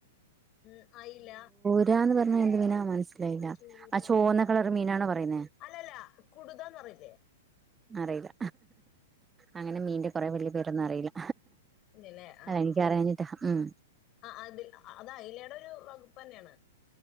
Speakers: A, on the left; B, on the right.
A: ഉ അയില.
B: ഇരാന്ന് പറഞ്ഞ എന്ത് മീനാ മനസ്സിലായില്ല,
A: ചൂരാന്ന്
B: ആ ചോന്ന
A: പറഞ്ഞാ
B: കളർ മീനാണോ പറയുന്നേ?
A: അല്ലല്ല കുടുതാന്ന്റിയില്ലേ.
B: അറിയില്ല. അങ്ങനെ മീന്റെ കൊറെ വല്യയ പേരൊന്നും അറിയില്ല,
A: ഇല്ലല്ലേ ആഹ്
B: അത എനിക്കറിയാനിട്ടാ ഉം.
A: ആഹ് അതി അ അത് അയിലേടെ ഒരു വകുപ്പ് ന്നെയേണ്.